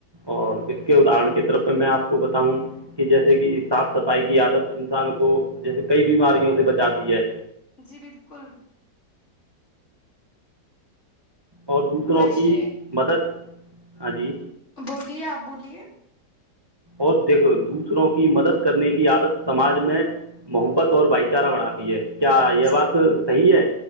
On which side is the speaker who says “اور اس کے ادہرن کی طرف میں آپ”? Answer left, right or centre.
Right